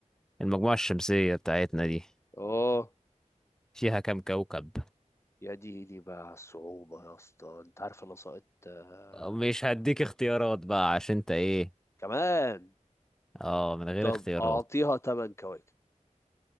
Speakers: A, in the centre; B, on the left.
A: المجموعة الشمسية بتاعتنا دي
B: اه
A: فيها كام كوكب
B: يا ديني بقى على الصعوبة يا اسطى انت عارف انا سقطت آه.
A: مش هديك اختيارات بقى عشان انت ايه
B: كمان
A: اه من غير
B: طب
A: اختيارات
B: اعطيها تمن كواكب